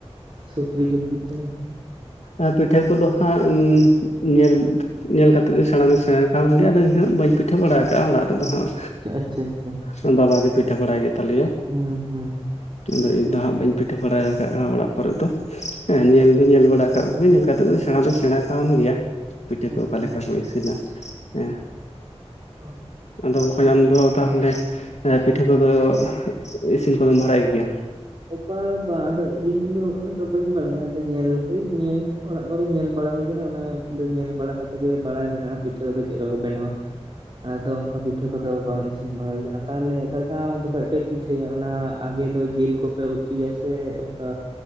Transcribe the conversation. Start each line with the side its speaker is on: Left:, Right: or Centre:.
Right: ᱥᱩᱠᱨᱤ ᱡᱤᱞ ᱯᱤᱴᱷᱟᱹ?
Left: ᱟ ᱯᱤᱴᱷᱟᱹ ᱠᱚᱫᱚ ᱦᱟᱸᱜ ᱩᱸ ᱧᱮᱞ ᱧᱮᱞ ᱠᱟᱛᱮᱫ ᱫᱚᱧ ᱥᱮᱬᱟ ᱫᱚᱧ ᱥᱮᱬᱟ ᱠᱟᱣᱟᱱ ᱜᱮᱭᱟ ᱟᱫᱚ ᱤᱧ ᱦᱚᱸ ᱵᱟᱹᱧ ᱯᱤᱴᱷᱟᱹ ᱵᱟᱲᱟ ᱠᱟᱜᱼᱟ ᱚᱲᱟᱜ ᱨᱮᱫᱚ ᱦᱟᱸᱜ᱾
Right: ᱟᱪᱪᱷᱟ ᱟᱪᱪᱷᱟ
Left: ᱦᱮᱸ ᱵᱟᱟᱵᱟ ᱜᱮ ᱯᱤᱴᱷᱟᱹ ᱵᱟᱲᱟᱭ ᱜᱮ ᱛᱟᱞᱮᱭᱟᱭ᱾
Right: ᱦᱩᱸ ᱦᱩᱸ᱾
Left: ᱟᱫᱚ ᱤᱧ ᱫᱚ ᱦᱟᱸᱜ ᱵᱟᱹᱧ ᱯᱤᱴᱷᱟᱹ ᱵᱟᱲᱟ ᱟᱠᱟᱜᱼᱟ ᱚᱲᱟᱜ ᱠᱚᱨᱮᱜ ᱫᱚ᱾ ᱦᱮᱸ
Right: ᱟᱪᱪᱷᱟ
Left: ᱧᱮᱞ ᱫᱩᱧ ᱧᱮᱞ ᱵᱟᱲᱟ ᱠᱟᱜ ᱠᱚᱜᱮ ᱧᱮᱞ ᱠᱟᱛᱮ ᱫᱚ ᱥᱮᱬᱟᱸ ᱫᱚᱧ ᱥᱮᱬᱟᱸ ᱟᱠᱟᱣᱟᱱ ᱜᱮᱭᱟ ᱯᱤᱴᱷᱟᱹ ᱠᱚ
Right: ᱟᱪᱪᱷᱟ
Left: ᱚᱠᱟ ᱞᱮᱠᱟ ᱠᱚ ᱤᱥᱤᱱᱟ᱾ ᱮᱸ᱾
Right: ᱚ᱾
Left: ᱟᱫᱚ ᱵᱚᱠᱚᱧ ᱟᱢ ᱫᱚ ᱛᱟᱦᱚᱞᱮ ᱮ ᱯᱤᱴᱷᱟᱹ ᱠᱚᱫᱚ ᱤᱥᱤᱱ ᱠᱚᱫᱚᱢ ᱵᱷᱟᱲᱟᱭ ᱜᱮᱭᱟ?
Right: ᱚ ᱵᱟᱝ ᱵᱟᱝ ᱟᱫᱚ ᱤᱧ ᱫᱚ ᱩᱱᱟᱹᱜ ᱫᱚ ᱵᱟᱹᱧ ᱵᱟᱲᱟᱭᱟ ᱟᱫᱚ ᱧᱮᱞ ᱞᱮᱠᱟᱹᱧ ᱧᱮᱞ᱾ ᱚᱲᱟᱜ ᱠᱚᱨᱮ ᱧᱮᱞ ᱵᱟᱲᱟ ᱦᱩᱭ ᱠᱟᱱᱟ ᱚᱱᱟ ᱩᱱᱠᱩ ᱧᱮ ᱧᱮᱞ ᱵᱟᱲᱟ ᱠᱟᱛᱮ ᱜᱮ ᱵᱟᱲᱟᱭ ᱢᱮᱱᱟᱜᱼᱟ ᱯᱤᱴᱷᱟᱹ ᱠᱚᱫᱚ ᱪᱮᱫᱠᱟ ᱠᱚ ᱵᱮᱱᱟᱣ-ᱟ᱾ ᱟᱫᱚ ᱚᱱᱠᱟ ᱯᱤᱴᱷᱟᱹ ᱠᱚᱫᱚ ᱵᱟᱝ ᱤᱥᱤᱱ ᱵᱟᱲᱟ ᱦᱩᱭ ᱠᱟᱱᱟ᱾ ᱛᱟᱦᱚᱞᱮ ᱫᱟᱫᱟ ᱡᱚᱠᱷᱚᱡ ᱯᱮ ᱯᱤᱴᱷᱟᱹᱭᱟ ᱚᱱᱟ ᱟᱜᱮ ᱫᱚ ᱡᱤᱞ ᱠᱚᱯᱮ ᱩᱛᱩᱭᱟ ᱥᱮ ᱚᱱᱠᱟ